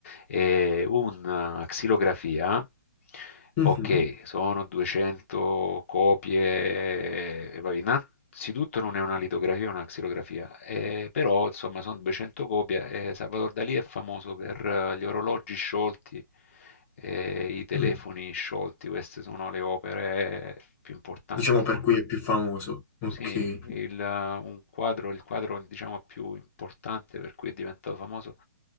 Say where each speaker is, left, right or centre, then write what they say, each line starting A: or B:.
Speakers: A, on the left; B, on the left.
A: e una xilografia,
B: Mhm,
A: ok, sono 200 copie, e vabbè, innanzitutto non è una litografia, è una xilografia, eh, però insomma sono 200 copie e Salvador Dalì è famoso per eh, gli orologi sciolti, e i telefoni
B: mm.
A: sciolti, queste sono le opere più importanti.
B: Diciamo per cui è più famoso. Ok.
A: Sì, il, eh, un quadro, il quadro diciamo più importante per cui è diventato famoso